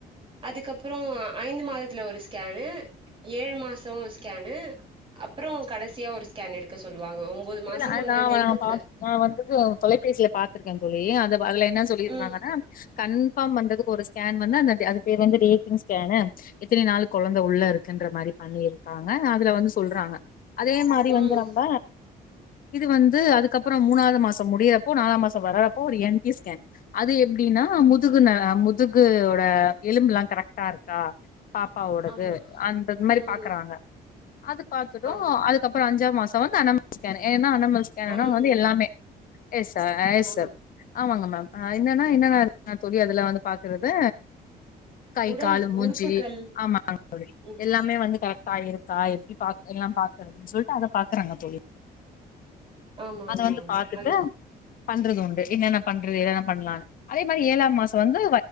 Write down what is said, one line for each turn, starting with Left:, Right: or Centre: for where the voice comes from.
Right: அதுக்கப்றோ ஐந்து மாதத்துல ஒரு ஸ்கேனு ஏழு மாசோ ஒரு ஸ்கேனு அப்றோ கடைசியா ஒரு ஸ்கேன் எடுக்க சொல்லுவாங்க ஒம்போது மாசோ
Left: இல்ல அது
Right: அந்த
Left: நா
Right: நெருக்கத்துல
Left: வ பா நா வந்து தொலைபேசியில பாத்திருக்கே தோழி அ அதுல என்ன சொல்லியிருந்தாங்கன்னா
Right: ம்
Left: கன்ஃபார்ம் பண்றதுக்கு ஒரு ஸ்கேன் வந்து அந்த அது பேரு வந்து டேடிங் ஸ்கேனு எத்தனி நாளு கொழந்தை உள்ள இருக்குன்ற மாரி பண்ணிருக்காங்க அதுல வந்து சொல்றாங்க அதே மாதிரி
Right: ம்
Left: வந்து நம்ம இது வந்து அதுக்கப்பறோ மூனாவது மாசோ முடியறப்போ நாலாம் மாச வர்றப்போ ஒரு என் டி ஸ்கேன் அது எப்டின்னா முதுகு ந முதுகோட எலும்பெலா கரெக்டா இருக்கா பாப்பாவோடது
Right: ஆமா
Left: அந்தது மாரி
Right: ம்
Left: பாக்குறாங்க அத பாத்தது
Right: ஆமா
Left: அது அக்கப்றோ அஞ்சாம் மாசோ வந்து அனமல் ஸ்கேன் ஏன்னா அனமல் ஸ்கேன்னா
Right: அனாமலி
Left: வந்து எல்லாமே எஸ் அ எஸ்
Right: ஆமா
Left: ஆமாங்க மேம் என்னன்னா என்னன்னா தோழி அதுல வந்து பாக்குறது கை
Right: உடல்
Left: காலு மூஞ்சி
Right: உறுப்புகள்
Left: ஆமா
Right: ம்
Left: எல்லாமே வந்து கரெக்டா இருக்கா எப்டி பா எல்லா பாக்குறதுன்னு சொல்லிட்டு அத பாக்குறாங்க தோழி
Right: ஆமா
Left: அத
Right: ஆமா
Left: வந்து
Right: ஆமா
Left: பாத்துட்டு
Right: அது
Left: பண்றது உண்டு என்னென்ன பண்றது என்னென்ன பண்ணலான்னு அதே மாதிரி ஏழாம் மாசம் வந்து